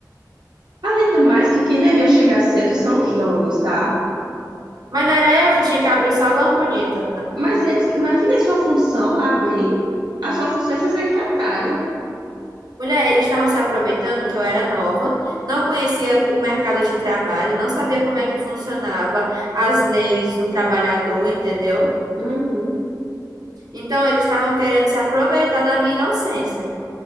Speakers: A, on the right (about 80°); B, on the right (about 65°).
A: Além do mais, que quem devia chegar cedo são os donos, tá?
B: Mas não era eu que tinha que abrir o salão, bonita.
A: Mas eles, minha filha, é sua função é abrir, a sua função é ser secretária.
B: Mulher, eles estavam se aproveitando que eu era nova, não conhecia o mercado de trabalho, não sabia como é que funcionava as leis do trabalhador, entendeu?
A: Uhum.
B: Então eles estavam querendo se aproveitar da minha inocência.